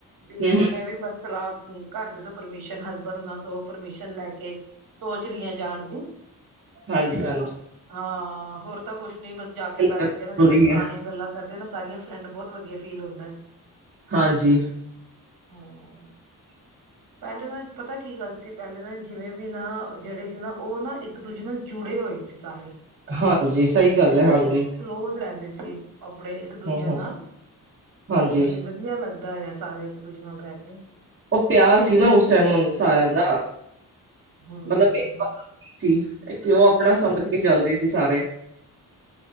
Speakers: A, on the right (about 70°); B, on the right (about 35°).
A: ਵੀ ਹੁਣ
B: ਹੂੰ
A: ਮੈਂ ਵੀ ਬਸ ਸਲਾਅ ਘਰ ਦੇ ਤੋਂ ਪਰਮਿਸ਼ਨ ਹਸਬੈਂਡ ਉਨਾਂ ਤੋਂ ਪਰਮਿਸ਼ਨ ਲੈ ਕੇ ਸੋਚ ਰੀ ਆ ਜਾਣ ਦੀ।
B: ਹਾਂਜੀ-ਹਾਂਜੀ।
A: ਹਾਂ ਹੋਰ ਤਾਂ ਕੁਛ ਨੀ ਬਸ ਜਾ ਕੇ, ਬੈਠ
B: ਜ਼ਰੂਰੀ
A: ਕੇ ਨਾ ਜਦੋਂ ਅਸੀ ਪੁਰਾਣੀਆਂ
B: ਹੈ
A: ਗੱਲਾਂ ਕਰਦੇ ਨਾ ਸਾਰੀਆਂ ਫਰੈਂਡ ਬੋਤ ਵਧੀਆ ਫੀਲ ਹੁੰਦੈ।
B: ਹਾਂਜੀ।
A: ਹਾਂ।
B: <inaudible>
A: ਪੈਲੇ ਨਾਲ ਪਤਾ ਕੀ ਗੱਲ ਸੀ, ਪੈਲੇ ਦਾ ਜਿਵੇਂ ਵੀ ਨਾ ਜੇੜੇ ਸੀ ਨਾ ਓ ਨਾ ਇੱਕ-ਦੂਜੇ ਨਾਲ ਜੁੜੇ ਹੋਏ ਸੀ ਸਾਰੇ,
B: ਹਾਂਜੀ ਸਹੀ ਗੱਲ ਹੈ
A: ਬੋਤ
B: ਹਾਂਜੀ
A: ਕਲੋਜ਼ ਰੈਂਦੇ ਸੀ। ਆਪਣੇ ਇੱਕ-ਦੂਜੇ
B: ਹੂੰ ਹੂੰ
A: ਨਾਲ,
B: ਹਾਂਜੀ
A: ਬੀ ਵ ਧੀਆ ਲੱਗਦਾ ਆ ਸਾਰੇ ਇੱਕ-ਦੂਜੇ ਨਾਲ ਰੈ ਕੇ।
B: ਓ ਪਿਆਰ ਸੀ ਨਾ ਉਸ ਟਾਈਮ ਉਨ ਸਾਰਿਆਂ ਦਾ।
A: ਹੂੰ।
B: ਮਤਲਬ ਸੀ ਕਿ ਓ ਆਪਣਾ ਸਮਝ ਕੇ ਚੱਲਦੇ ਸੀ ਸਾਰੇ।